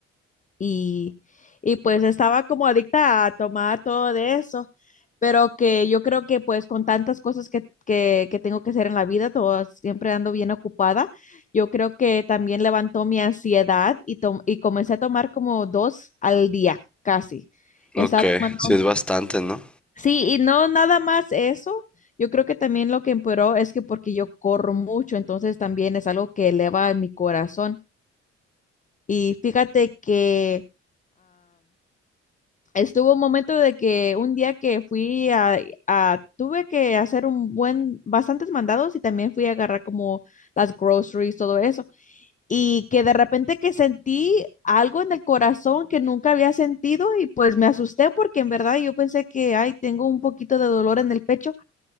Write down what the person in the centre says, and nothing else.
Ok,
sí es bastante, ¿no?